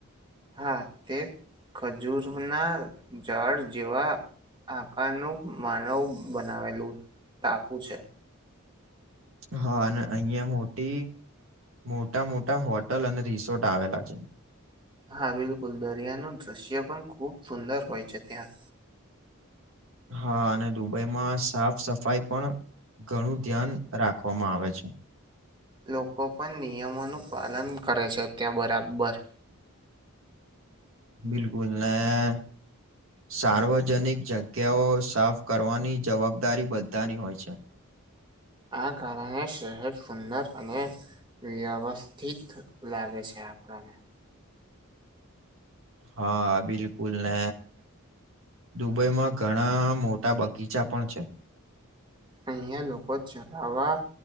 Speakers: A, on the right; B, on the right.
A: હા તે ખજૂરના જાડ જેવા આકાર ન માનવ બનાવેલું ટાપુ છે.
B: હા અને અહિયાં મોટી મોટા મોટા હોટલ અને રિસોર્ટ આવેલા છે.
A: હા બિલકુલ દરિયાનું દૃશ્ય પણ ખૂબ સુંદર હોય છે, ત્યાં
B: હા અને દુબઈમાં સાફ સફાઈ પણ ઘણું ધ્યાન રાખવામાં આવે છે.
A: લોકો પણ નિયમોનું પાલન કરે છે, ત્યાં બરાબર
B: બિલકુલ ના સાર્વજનિક જગ્યાઓ સાફ કરવાની જવાબદારી બધાની હોય છે.
A: આ કારણે શહેર સુંદર અને વ્યવસ્થિત લાગે છે, આપડાને
B: હા બિલકુલ ને દુબઈમાં ઘણા મોટા બગીચા પણ છે.
A: અહયા લોકો ચલાવા